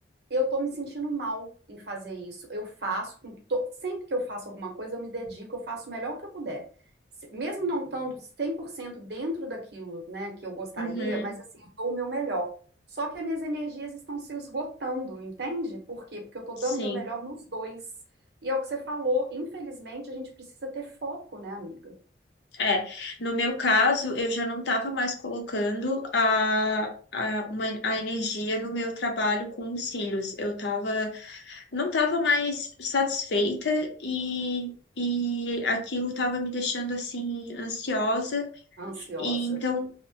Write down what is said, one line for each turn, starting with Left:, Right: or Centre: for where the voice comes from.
Right: eu tô me sentindo mal em fazer isso. Eu faço, com to- sempre que eu faço alguma coisa, eu me dedico, eu faço o melhor que eu puder. Se- Mesmo não estando 100% dentro daquilo, né, que eu gostaria,
Left: Uhum,
Right: mas assim, eu dou o meu melhor. Só que as minhas energias estão se esgotando, entende? Por quê? Porque eu tô
Left: sim.
Right: dando o meu melhor nos dois. E é o que você falou, infelizmente, a gente precisa ter foco, né, amiga?
Left: É. No meu caso, eu já não estava mais colocando a, a, uma, a energia no meu trabalho com os cílios. Eu tava, não estava mais satisfeita e. E aquilo estava me deixando assim ansiosa,
Right: Ansiosa.
Left: e então